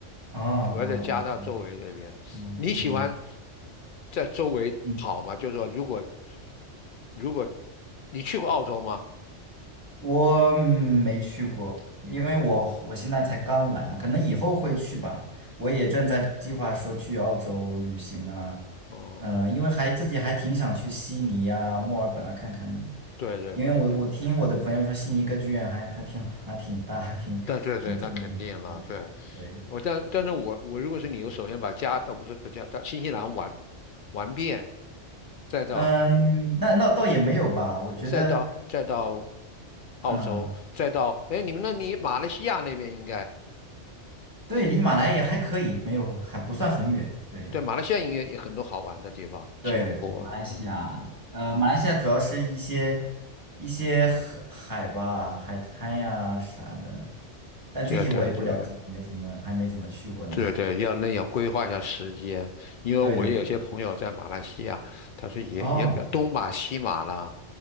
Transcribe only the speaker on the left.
主要在加拿大周围那边。
你喜欢在周围跑吗？
就是说，如果如果你去过澳洲吗？
哦，
对对对对，
对对对，那肯定了。
对，我但但是我我如果是你，我首先把加呃不是不加，到新西兰玩玩遍，再到
再到再到澳洲，
再到哎你们那里马来西亚那边应该
对马来西亚应该也很多好玩的地方，
吉隆坡了。
对对对
对对，
要那要规划一下时间，因为我也有些朋友在马来西亚，
他说也也比较东马西马啦，